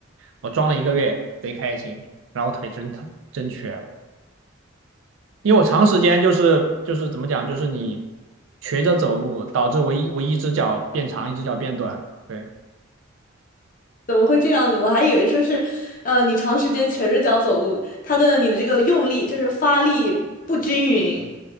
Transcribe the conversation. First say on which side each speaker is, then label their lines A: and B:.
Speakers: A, on the right; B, on the left.
A: 我装了一个月，贼开心，然后腿真疼，真瘸了，因为我长时间就是就是怎么讲，就是你瘸着走路，导致我一我一只脚变长，一只脚变短。对
B: 怎么会这样子？我还以为说是，呃，你长时间瘸着脚走路，它的你的这个用力就是发力不均匀，